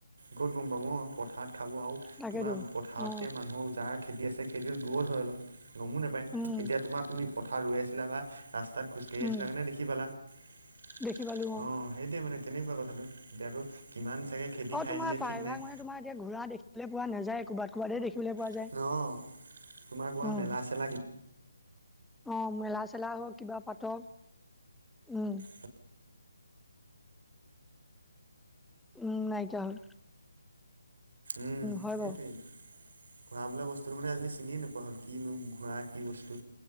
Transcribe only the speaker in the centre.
তাকেতো
অ
উম
উম
দেখি পালো অ
আৰু
তোমাৰ
প্ৰায়ভাগ
মানে তোমাৰ এতিয়া ঘোঁৰা দেখিবলে পোৱা নাযায় ক'ৰবাত কৰবাতহে দেখিবলৈ পোৱা
যায়,
উম।
অ মেলা - চেলা হওক কিবা পাতক, উম।
উম, নাইকিয়া হ'ল।
হয়
বাৰু